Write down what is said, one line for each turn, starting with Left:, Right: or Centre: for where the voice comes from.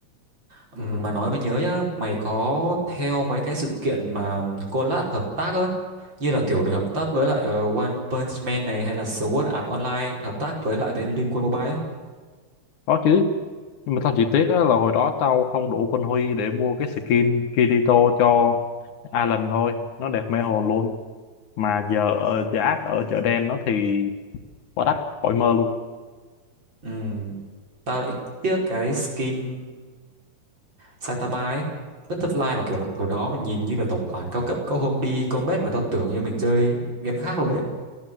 Right: Ừm, mà nói mới nhớ nhá mày có theo mấy cái sự kiện mà collab hợp tác ấy như là kiểu để hợp tác với lại ờ, One Punch Man này hay là Sword Art Online hợp tác với lại bên Liên Quân Mobile ấy
Left: có chứ nhưng mà tao chỉ tiếc á là hồi đó tao không đủ quân huy để mua cái skin Kirito cho Alan thôi nó đẹp mê hồn luôn mà giờ ở giá ác ở chợ đen nó thì quá đắt khỏi mơ luôn
Right: Ừm, tao lại tiếc cái skin Saitama ấy Butterfly mà kiểu mặt đồ đó mà nhìn như là tổng quản cao cấp có hôm đi combat mà tao tưởng như mình chơi game khác luôn ấy